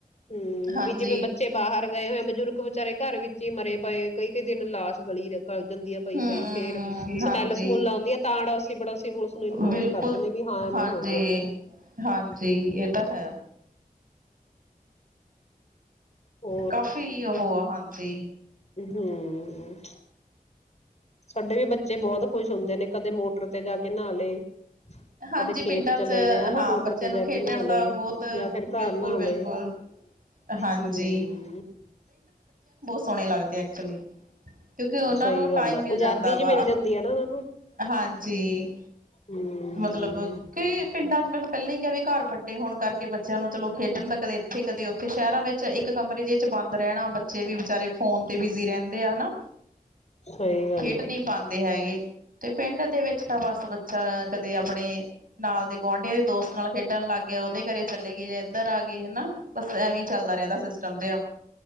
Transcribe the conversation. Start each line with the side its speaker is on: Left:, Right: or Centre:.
Left: ਹੂੰ,
Right: ਹਾਂਜੀ
Left: ਵੀ ਜਿਵੇਂ, ਬੱਚੇ ਬਾਹਰ ਗਏ ਹੋਏ ਆ ਬਜ਼ੁਰਗ ਵਿਚਾਰੇ ਘਰ ਵਿੱਚ ਹੀ ਮਰੇ ਪਏ, ਕਈ-ਕਈ ਦਿਨ ਲਾਸ਼ ਗਲੀ ਰਹਿੰਦੀ ਗਲ ਜਾਂਦੀ ਹੈ, ਪਈ
Right: ਹਮ
Left: ਪਈ ਫੇਰ
Right: ਹਾਂਜੀ
Left: ਸਮੈਲ ਸਮੂਲ ਆਦੀ ਆ ਤਾਂ ਅੜੋਸੀ ਪੜੋਸੀ ਪੁਲਿਸ ਨੂੰ ਇਨਫੋਰਮ
Right: ਬਿਲਕੁਲ
Left: ਕਰ ਦੇਣੇ ਵੀ ਹਾਂ ਐਵੇਂ
Right: ਹਾਂਜੀ
Left: ਹੋ ਗਿਆ ਇੱਥੇ
Right: ਹਾਂਜੀ ਇਹ ਤਾਂ ਹੈ
Left: ਹੋਰ,
Right: ਕਾਫੀ ਓਹੋ ਆ ਹਾਂਜੀ।
Left: ਹਾਂ ਸਾਡੇ ਵੀ ਬੱਚੇ ਬਹੁਤ ਖੁਸ਼ ਹੁੰਦੇ ਨੇ ਕਦੇ ਮੋਟਰ ਤੇ ਜਾ ਕੇ ਨਾ ਲੇ,
Right: ਹਾਂਜੀ
Left: ਕਦੇ ਖੇਤ
Right: ਪਿੰਡਾਂ
Left: ਚਲੇ
Right: ਚ
Left: ਗਏ, ਹੇਨਾ
Right: ਹਾਂ
Left: ਮੋਟਰ
Right: ਬੱਚਿਆਂ
Left: ਤੇ
Right: ਨੂੰ
Left: ਜਾ
Right: ਖੇਡਣ
Left: ਕੇ ਨਾ
Right: ਦਾ
Left: ਲੇ
Right: ਬਹੁਤ
Left: ਜਾਂ ਫਿਰ
Right: ਬਿਲਕੁਲ
Left: ਘਰ ਨਾ
Right: ਬਿਲਕੁਲ
Left: ਲੇ
Right: ਹਾਂਜੀ
Left: ਹੁੰ।
Right: ਸੋਣੇ ਲੱਗਦੇ ਏ ਐਕਚੁਲੀ। ਕਿਉਂਕਿ ਉਹਨਾ
Left: ਸਹੀ
Right: ਨੂੰ ਟਾਈਮ
Left: ਗੱਲ ਹੈ
Right: ਮਿਲ
Left: ਆਜ਼ਾਦੀ
Right: ਜਾਂਦਾ। ਵਾ
Left: ਜੀ ਮਿਲ ਜਾਂਦੀ ਹੈ ਨਾ ਉਹਨਾਂ ਨੂੰ
Right: ਹਾਂਜੀ,
Left: ਹਮ
Right: ਮਤਲਬ ਕਈ ਪਿੰਡਾਂ ਚ ਨਾ ਘਰ ਵੱਡੇ ਹੋਣ ਕਰਕੇ ਬੱਚਿਆਂ ਨੂੰ ਚਲੋ ਖੇਡਣ ਦਾ ਕਦੇ ਇੱਥੇ ਕਦੇ ਉੱਥੇ ਸ਼ਹਿਰਾਂ ਵਿੱਚ ਇੱਕ ਕਮਰੇ ਇੱਕ ਕਮਰੇ ਵਿੱਚ ਬੰਦ ਰਹਿਣ, ਬੱਚੇ ਵੀ ਵਿਚਾਰੇ ਫੋਨ ਤੇ ਬਿਜੀ ਰਹਿੰਦੇ ਆ ਨਾ।
Left: ਸਹੀ ਗੱਲ।
Right: ਨਹੀ
Left: ਹੈ
Right: ਪਾਂਦੇ ਹੈਗੇ, ਤੇ ਪਿੰਡ ਦੇ ਵਿੱਚ ਤਾਂ ਬਸ ਬੱਚਾ ਕਦੇ ਆਪਣੇ ਨਾਲ ਦੇ ਗੁਆਂਢੀਆਂ ਦੇ ਦੋਸਤ ਨਾਲ ਖੇਡਣ ਲੱਗ ਕਦੇ ਉਹਦੇ ਘਰੇ ਚਲੇ ਗਏ ਜਾਂ ਇੱਧਰ ਆ ਗਏ ਹੇਨਾ ਬਸ ਐਵੇਂ ਚੱਲਦਾ ਰੇਂਦਾ ਸਿਸਟਮ ਤੇ ਆ